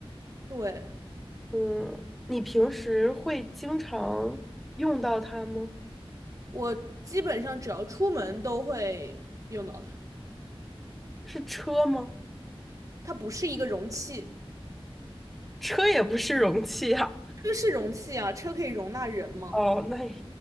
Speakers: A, on the right; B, in the centre.
A: 对，
B: 嗯，你平时会经常用到它吗？
A: 我基本上只要出门都会用到它。
B: 是车吗？
A: 它不是一个容器，
B: 车也不是容器啊，
A: 车是容器啊，车可以容纳人嘛，
B: 哦，那也